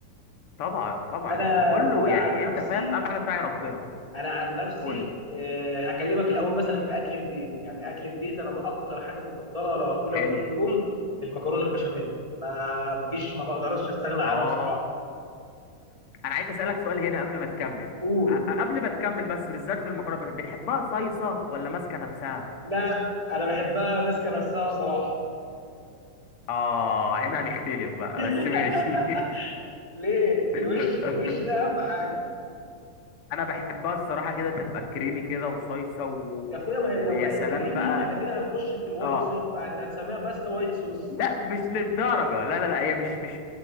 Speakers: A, on the left; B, on the right.
A: طبعا طبعا
B: انا
A: انت كله
B: اخويا
A: يعني
B: عن نفسي
A: انت فاهم اهم حاجه تراعي ربنا
B: انا عن نفسي
A: قول لي
B: آه، هكلمك الاول مثلا في اكل البيت يعني اكل البيت انا باكتر حاجه بفضلها لو هاكلها
A: حلو
B: كل يوم المكرونه البشاميل ما مفيش ما بقدرش استغنى
A: اه
B: عنها بصراحه
A: انا عايز اسالك سؤال هنا قبل ما تكمل
B: قول
A: أ- قبل ما تكمل بس بالذات في المكرونه بتحبها صيصه ولا ماسكه نفسها
B: لا انا بحبها ماسكه نفسها بصراحه
A: اه هنا هنختلف بقى
B: <laughs>
A: بس ماشي
B: ليه
A: <laughs>
B: الوش الوش ده اهم حاجه
A: انا بحبها الصراحه كده تبقى كريمي كده وصيصه و...
B: يا اخويا ما هي
A: ويا
B: لو بقت
A: سلام
B: كريمي
A: بقى
B: احنا كده هنخش في الوايت
A: اه
B: صوص بقى انت هتسميها باستا وايت صوص
A: لا مش للدرجه لا لا لا هي مش مش